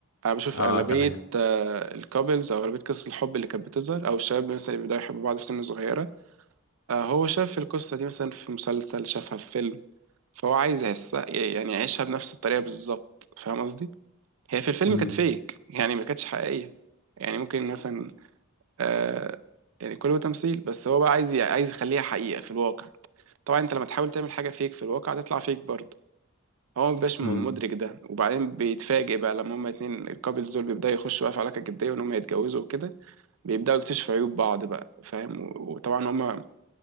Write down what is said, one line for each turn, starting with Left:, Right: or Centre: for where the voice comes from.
Right: انا بشوف
Left: اه
Right: اغلبية
Left: تمام
Right: آه الكابلز او اغلبية قصص الحب اللي كانت بتظهر او الشباب مثلا اللي بيبداوا يحبوا بعض في سن صغيرة آه هو شاف القصة دي مثلا في مسلسل شافها في فيلم فهو عايز يحسها يعني يعيشها بنفس الطريقة بالظبط فاهم قصدي؟ هي في الفيلم
Left: امم
Right: كانت فيك يعني ما كانتش حقيقية يعني ممكن مثلا آه يعني كله تمثيل بس هو بقى عايز عايز يخليها حقيقة في الواقع طبعا انت لما تحاول تعمل حاجة فيك في الواقع هتطلع فيك برضه هو ما بيبقاش مدرك
Left: امم
Right: ده وبعدين بيتفاجئ بقى لما هما اتنين الكابلز دول بيبدأوا يخشوا بقى في علاقة جدية وان هما يتجوزوا وكده بيبدأوا يكتشفوا عيوب بعض بقى فاهم و- وطبعا هما